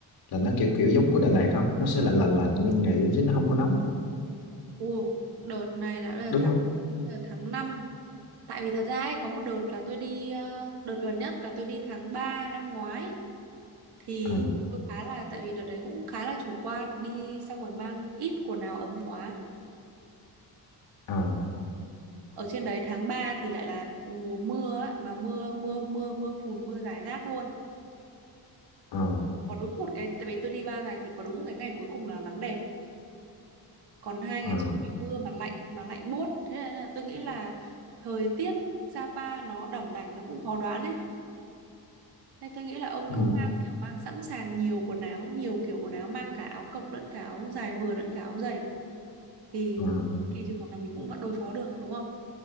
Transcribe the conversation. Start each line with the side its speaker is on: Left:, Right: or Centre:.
Left: là nó kiểu kiểu giống của Đà Lạt không nó sẽ lạnh lạnh lạnh nguyên ngày á, chứ nó không có nóng
Right: Ồ, đợt này là đợt
Left: đúng
Right: tháng
Left: không
Right: đợt tháng 5, tại vì thật ra ấy, có một đợt là tôi đi ờ, đợt gần nhất là tôi đi tháng 3 năm ngoái thì
Left: à,
Right: tôi khá là tại vì đợt đấy cũng khá là chủ quan đi xong rồi mang ít quần áo ấm quá
Left: à,
Right: ở trên đấy tháng 3 thì lại là mùa mưa ấy, mà mưa mưa mưa mưa phùn mưa rải rác luôn
Left: à,
Right: có đúng một cái tại vì tôi đi 3 ngày thì có đúng một cái ngày cuối cùng là nắng đẹp còn hai ngày
Left: à,
Right: trước mưa mà lạnh mà lạnh buốt thế nên là tôi nghĩ là thời tiết Sapa nó đỏng đảnh nó cũng khó đoán ấy Thế tôi nghĩ là ông
Left: ừ,
Right: cứ mang kiểu mang sẵn sàng nhiều quần áo, nhiều kiểu quần áo mang cả áo cộc lẫn cả áo dài vừa lẫn cả áo dày thì
Left: à.
Right: kỳ trường hợp là mình cũng vẫn đối phó được đúng không?